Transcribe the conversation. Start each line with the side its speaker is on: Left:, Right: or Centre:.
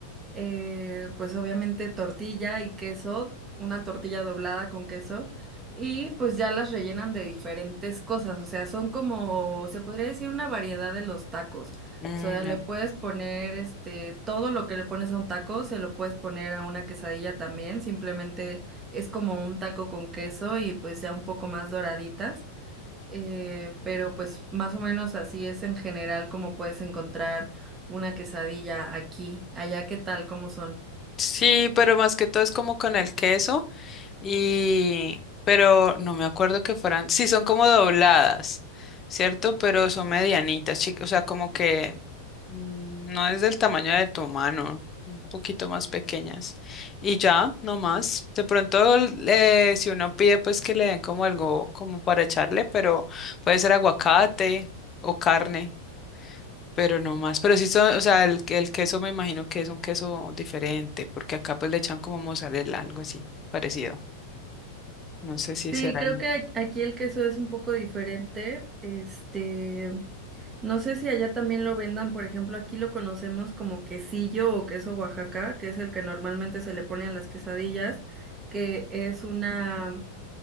Right: eh, pues obviamente tortilla y queso, una tortilla doblada con queso, y pues ya las rellenan de diferentes cosas, o sea, son como, se podría decir, una variedad de los tacos.
Left: Mm,
Right: O sea,
Left: ya.
Right: le puedes poner este, todo lo que le pones a un taco, se lo puedes poner a una quesadilla también, simplemente es como un taco con queso y pues ya un poco más doraditas eh, pero pues más o menos así es en general como puedes encontrar una quesadilla aquí. Allá, ¿qué tal? ¿Cómo son?
Left: Sí, pero más que todo es como con el queso. Y, pero no me acuerdo que fueran, sí, son como dobladas, ¿cierto? Pero son medianitas, chicas, o sea, como que mm, no es del tamaño de tu mano, un poquito más pequeñas. Y ya, no más. De pronto, eh, si uno pide, pues que le den como algo como para echarle, pero puede ser aguacate o carne. Pero no más, pero sí son, o sea, el, el queso me imagino que es un queso diferente, porque acá pues le echan como mozzarella, algo así, parecido. No sé si
Right: Sí,
Left: serán.
Right: creo que ac- aquí el queso es un poco diferente. Este, no sé si allá también lo vendan, por ejemplo, aquí lo conocemos como quesillo o queso Oaxaca, que es el que normalmente se le pone a las quesadillas, que es una